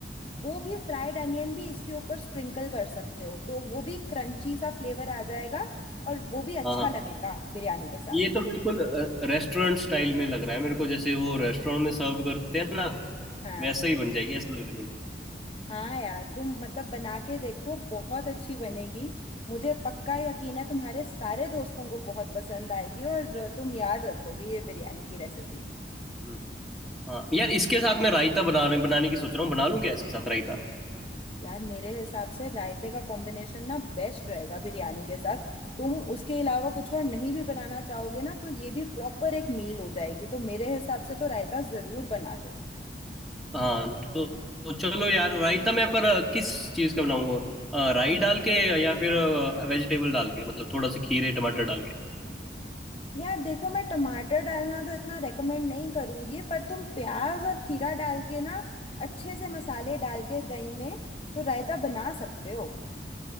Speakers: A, on the left; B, in the centre.
A: वो भी फ्राइड अनियन भी इसके ऊपर स्प्रिंकल कर सकते हो तो वो भी क्रंची सा फ्लेवर आ जाएगा और वो भी अच्छा
B: हाँ हाँ
A: लगेगा बिरयानी के साथ
B: ये तो बिल्कुल रेस्टोरेंट स्टाइल में लग रहा है मेरे को जैसे वो रेस्टोरेंट में सर्व करते हैं ना
A: हाँ
B: वैसा ही बन जाएगी ऐसा लग रहा है मुझे
A: हाँ यार तुम मतलब बना के देखो बहुत अच्छी बनेगी मुझे पक्का यकीन है तुम्हारे सारे दोस्तों को बहुत पसंद आएगी और तुम याद रखोगे ये बिरयानी की रेसिपी
B: हम्म, हाँ यार इसके साथ मैं रायता बना रहे बनाने की सोच रहा हूँ बना लूँ क्या इसके साथ रायता
A: यार मेरे हिसाब से रायते का कॉम्बिनेशन ना बेस्ट रहेगा बिरयानी के साथ तुम उसके अलावा कुछ और नहीं भी बनाना चाहोगे ना तो ये भी प्रॉपर एक मील हो जाएगी तो मेरे हिसाब से तो रायता जरूर बना लो
B: हाँ तो, तो चलो यार रायता मैं पर अ, किस चीज़ का बनाऊँ अ, राई डाल के या फिर वेजिटेबल डाल के मतलब थोड़ा सा खीरे टमाटर डाल के
A: यार देखो मैं टमाटर डालना तो इतना रेकमेंड नहीं करूंगी पर तुम प्याज और खीरा डाल के ना अच्छे से मसाले डाल के दही में तो रायता बना सकते हो